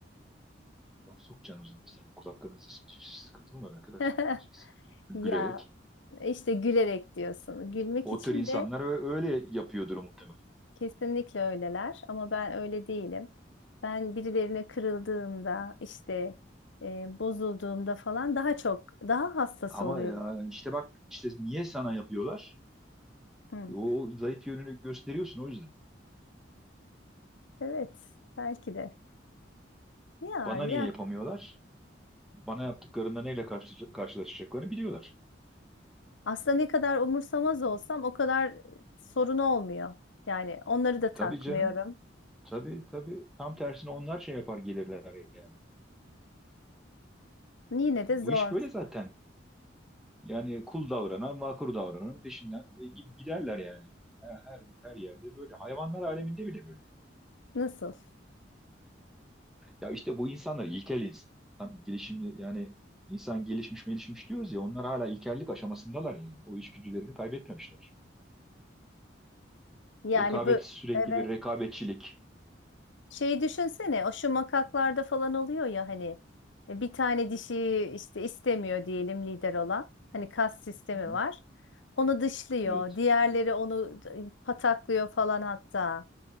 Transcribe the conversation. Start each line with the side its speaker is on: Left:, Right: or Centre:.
Centre: Laf sokacaksın o zaman sen de kulaklarınızda sıkıntı mı var arkadaşlar
Left: <laughs>
Centre: diyeceksin. Gülerek.
Left: Ya İşte gülerek diyorsun. Gülmek
Centre: O
Left: için
Centre: tür insanlar
Left: de
Centre: ö- öyle yapıyordur muhtemelen.
Left: kesinlikle öyleler ama ben öyle değilim. Ben birilerine kırıldığımda işte e, bozulduğumda falan daha çok daha hassas
Centre: Ama
Left: oluyorum.
Centre: ya işte bak işte niye sana yapıyorlar?
Left: Hı.
Centre: O zayıf yönünü gösteriyorsun o yüzden.
Left: Evet, belki de. Ya
Centre: Bana
Left: ya
Centre: niye yapamıyorlar? Bana yaptıklarında neyle karşı- karşılaşacaklarını biliyorlar.
Left: aslında ne kadar umursamaz olsam o kadar sorun olmuyor. Yani onları
Centre: E,
Left: da takmıyorum.
Centre: tabii canım. Tabii tabii. Tam tersine onlar şey yapar gelirler yani.
Left: Yine de
Centre: Ya
Left: zor.
Centre: bu iş böyle zaten. Yani kul davranan, vakur davrananın peşinden e, gi- giderler yani. Her, her, her yerde böyle. Hayvanlar aleminde bile böyle.
Left: Nasıl?
Centre: Ya işte bu insanlar ilkel insan gelişimli yani insan gelişmiş gelişmiş diyoruz ya onlar hala ilkellik aşamasındalar yani. O içgüdülerini kaybetmemişler.
Left: Yani
Centre: Rekabet
Left: bu
Centre: sürekli
Left: evet.
Centre: bir rekabetçilik.
Left: Şeyi düşünsene, o şu makaklarda falan oluyor ya hani e, bir tane dişi işte istemiyor diyelim lider olan. Hani kas sistemi
Centre: Hı hı,
Left: var. Onu dışlıyor.
Centre: Evet.
Left: Diğerleri onu d- pataklıyor falan hatta.